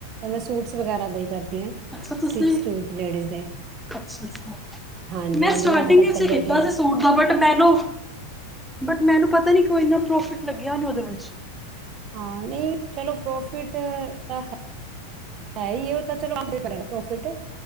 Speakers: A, on the right; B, in the centre.
A: ਮੈਂ ਸੂਟਸ ਵਗੈਰਾ ਦੇਈ ਕਰਦੀ ਹਾਂ-
B: ਅੱਛਾ ਤੁਸੀਂ
A: ਸਟਿਚ ਸੂਟ ਲੇਡੀਜ਼ ਦੇ
B: ਅੱਛਾ-ਅੱਛਾ
A: ਹਾਂਜੀ
B: ਮੈਂ
A: ਹਾਂਜੀ
B: ਸਟਾਰਟਿੰਗ
A: ਜਿਵੇਂ ਅੱਜ ਕੱਲ
B: ਵਿੱਚ
A: ਚੱਲੇ
B: ਕੀਤਾ
A: ਦੇ ਆ
B: ਸੀ ਸੂਟ ਦਾ ਬਟ ਮੈਨੂੰ ਬਟ ਮੈਨੂੰ ਪਤਾ ਪਤਾ ਨੀ ਕੋਈ ਇੰਨਾ ਪ੍ਰੋਫਿਟ ਲੱਗਿਆ ਨ ਉਹਦੇ ਵਿੱਚ
A: ਹਾਂ ਨਹੀਂ ਚਲੋ ਪ੍ਰੋਫਿਟ ਤਾਂ ਹੈ ਹੈ ਹੀ ਉਹ ਤਾਂ ਚਲਂ ਪ ਪ੍ਰੋਫਿਟ